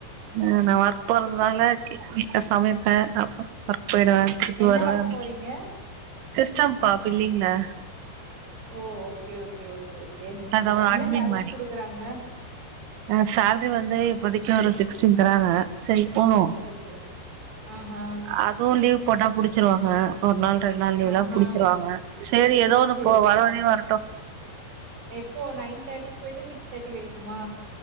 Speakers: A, on the right; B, on the right.
A: ஆ நா வர்க் போறதுனால கே வீட்ல சமைப்பே அப்ப ஒர்க் போயிடுவே திருப்பி
B: என்ன
A: வருவே
B: ஒர்க்
A: வீட்ல
B: போறீங்க?
A: சிஸ்டம்பா பிள்ளிங்ல
B: ஓ ஓகே ஓகே ஓகே ஓகே
A: அதாவது
B: என்ன
A: அட்மின்
B: சேல்ரி
A: மாரி
B: குடுக்குறாங்க
A: அ சேல்ரி வந்து இப்போதைக்கு ஒரு சிக்ஸ்டீன் தராங்க சரி போது
B: ஓகே ஆ ஹா
A: அதுவு லீவ் போட்டா புடிச்சிருவாங்க ஒரு நாள் ரெண் நாள் லீவ்ல்லா
B: ஆஹா.
A: புடிச்சிருவாங்க செரி எதோ ஒண்ணு
B: சரி,
A: போ வர
B: சரி.
A: வரயு வரட்டு
B: எப்போ நைன் தேட்டிக் போய்ட்டு சிக்ஸ் தேட்டி வெரக்குமா